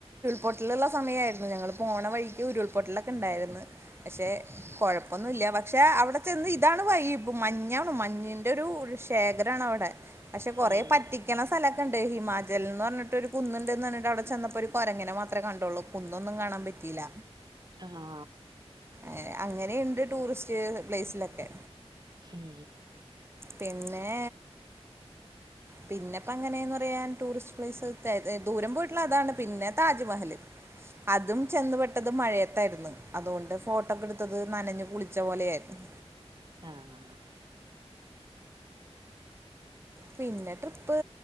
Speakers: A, on the right (about 20°); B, on the right (about 40°).
A: പൊട്ടല്ള്ള സമയായ്രുന്നു ഞങ്ങള് പോണ വഴിക്ക് ഉരുൾപൊട്ടലൊക്കെ ഉണ്ടായിര്ന്ന്. പക്ഷെ കുഴപ്പൊന്നുല്ല. പക്ഷെ അവിടെ ചെന്ന് ഇതാണ് വൈബ് മഞ്ഞാണ് മഞ്ഞ് ൻ്റൊരു ശേഖരാണ് അവടെ. പക്ഷെ കൊറേ
B: ഉം
A: പറ്റി ക്കണ സ്ഥലൊക്കെണ്ട്. ഹിമാചൽ ന്ന് പർഞ്ഞിട്ട് ഒരു കുന്നുണ്ട്ന്ന് പർഞ്ഞിട്ട് അവിടെ ചെന്നപ്പോ ഒരു കൊരങ്ങെനെ മാത്രേ കണ്ടോള്ളു. കുന്നൊന്നും കാണാൻ പറ്റീല്ല.
B: അഹാ.
A: അങ്ങനെ അങ്ങനെയുണ്ട് ടൂറിസ്റ്റ് പ്ലേസിലൊക്കെ.
B: ഉം
A: പിന്നേ പിന്നെപ്പ അങ്ങനേന്ന് പറയാൻ ടൂറിസ്റ്റ് പ്ലേസ് തെ ദൂരം പോയിട്ടുള്ള അതാണ് പിന്നെ താജ്മഹൽ. അതും ചെന്ന് പെട്ടത് മഴയത്തായിര്ന്ന്. അതുകൊണ്ട് ഫോട്ടൊക്ക്ട്ത്തത് നനഞ്ഞു കുളിച്ച പോലെ ആയിരുന്നു.
B: ആഹാ.
A: പിന്നെ ട്രിപ്പ്